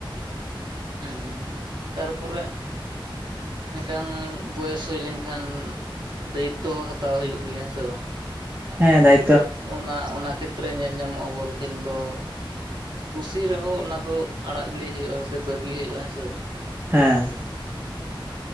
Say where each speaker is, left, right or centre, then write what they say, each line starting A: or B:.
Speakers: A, on the right (about 55°); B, on the right (about 25°).
A: ᱦᱩᱸ, ᱛᱟᱨᱯᱚᱨᱮ᱾ ᱢᱤᱫᱴᱟᱝ ᱵᱚᱭᱮᱥ ᱦᱩᱭ ᱞᱮᱱᱠᱷᱟᱱ᱾ ᱫᱟᱭᱤᱛᱛᱚ ᱦᱟᱛᱟᱣ ᱦᱩᱭᱩᱜ ᱜᱮᱭᱟ ᱦᱮᱸ ᱥᱮ ᱵᱟᱝ?
B: ᱦᱮᱸ ᱫᱟᱭ
A: ᱚᱱᱟ ᱚᱱᱟ ᱠᱷᱮᱛ ᱨᱮ ᱧᱮᱞ ᱧᱟᱢᱚᱜᱼᱟ ᱵᱚᱞ ᱠᱷᱮᱞ ᱫᱚᱼᱼ ᱠᱩᱥᱤ ᱨᱮ ᱦᱚᱸ ᱚᱱᱟ ᱫᱚ ᱟᱲᱟᱜ ᱜᱤᱰᱤ ᱦᱩᱭᱩᱜᱼᱟ ᱥᱮ ᱵᱟᱹᱜᱤ ᱦᱩᱭᱩᱜᱼᱟ ᱦᱮᱸ ᱥᱮ ᱵᱟᱝ
B: ᱦᱮᱸ